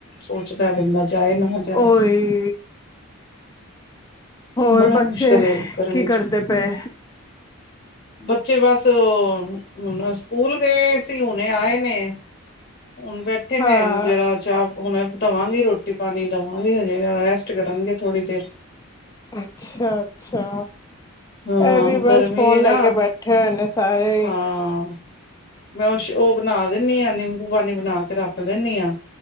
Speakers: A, on the left; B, on the left.
A: ਸੋਚਦਾ ਬੰਦਾ ਜਾਏ, ਨਾ ਜਾਏ
B: ਓਏ ਹੋਰ
A: ਬੜਾ
B: ਬੱਚੇ,
A: ਮੁਸ਼ਕਿਲ ਏ ਗਰਮੀ
B: ਕੀ ਕਰਦੇ
A: ਚ
B: ਪਏ
A: ਬੱਚੇ ਬਸ ਹੁਣ ਸਕੂਲ ਗਏ ਸੀ ਹੁਣੇ ਆਏ ਨੇ ਹੁਣ ਬੈਠੇ
B: ਹਾਂ
A: ਨੇ ਜਿਹੜਾ ਚਾਹ ਹੁਣਧਵਾਂਗੀ ਰੋਟੀ ਪਾਣੀ ਦੇਵਾਂਗੇ ਹਜੇ ਰੈਸਟ ਕਰਨਗੇ ਥੋੜ੍ਹੀ ਦੇਰ
B: ਅੱਛਾ ਅੱਛਾ
A: ਹਾਂ
B: ਇਹ ਵੀ ਬਸ
A: ਗਰਮੀ
B: ਫੋਨ
A: ਹੈ ਨਾ
B: ਲੈ ਕੇ ਬੈਠੇ ਹੋਏ ਨੇ ਸਾਰੇ ਹੀ
A: ਹਾਂ ਮੈਂ ਉਹ ਉਹ ਬਣਾ ਦਿੰਦੀ ਆ ਨ ਭਗਵੀ ਬਣਾ ਕੇ ਰੱਖ ਦਿੰਦੀ ਹਾਂ